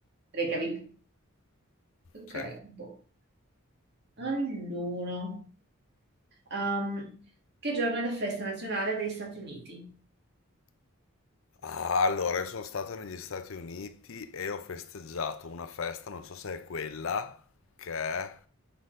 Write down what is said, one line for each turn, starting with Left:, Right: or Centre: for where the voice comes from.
Right: Reykjavik. Ok,
Left: Sì.
Right: boh. Allora, um, che giorno è la festa nazionale degli Stati Uniti?
Left: Ah, Allora, io sono stato negli Stati Uniti e ho festeggiato una festa, non so se è quella, che è